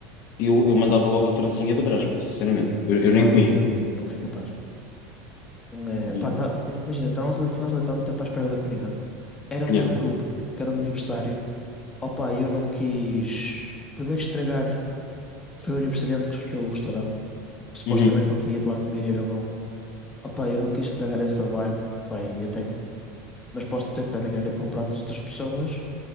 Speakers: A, on the left; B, on the left.
A: eu, eu mandava logo a francesinha para trás, muito sinceramente. Eu, eu nem
B: Pá,
A: comia.
B: não fui, não fui capaz. Não é,
A: E,
B: pá, tá, imagina, estávamos ali, estávamos ali tanto tempo à espera da comida. Éramos
A: yeah.
B: um grupo, que era um aniversário. Opa, eu não quis. Primeiro estragar, foi o aniversariante que escolheu o restaurante. que Supostamente
A: Uhum.
B: ele tinha ido lá comer e era bom. Opa, eu não quis estragar essa vibe, pá, e até comi. Mas posso dizer que também olhei para o prato das outras pessoas,